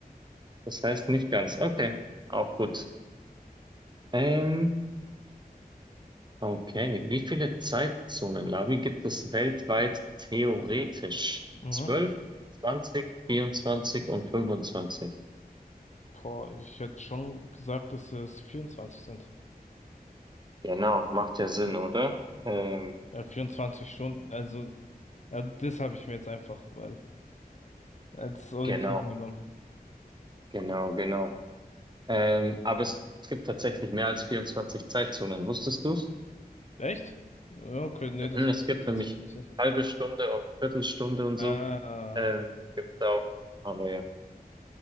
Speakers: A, on the right; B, on the left.
A: das heißt nicht ganz. Okay, auch gut. Ähm, okay, wie viele Zeitzonen, Lavi, gibt es weltweit theoretisch?
B: Mhm.
A: zwölf, 20, 24 und 25?
B: Boah, ich hätte schon gesagt, dass es 24 sind.
A: Genau, macht ja Sinn, oder? Ähm,
B: Ja, 24 Stunden. Also, ja, das habe ich mir jetzt einfach weil, als Orientierung
A: genau,
B: genommen.
A: genau, genau. Ähm, aber es, es gibt tatsächlich mehr als 24 Zeitzonen. Wusstest du's?
B: Echt? Ja, Okay, nee, das
A: Mhm,
B: wusste
A: es gibt
B: ich tatsächlich
A: nämlich
B: nicht.
A: halbe Stunde und Viertelstunde und
B: Ah,
A: so. Ähm, gibt's auch. Aber ja,